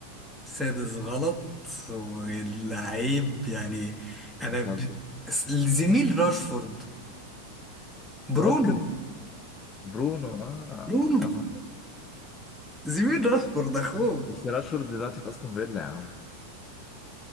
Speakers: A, in the centre; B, on the left.
A: سادس غلط واللعيب يعني انا
B: بتهزر
A: زميل راشفورد برونو
B: واتكن برونو اه
A: برونو
B: أنا-
A: زميل راشفورد اخوه
B: بس راشفورد دلوقتي في استون فيلا يا عم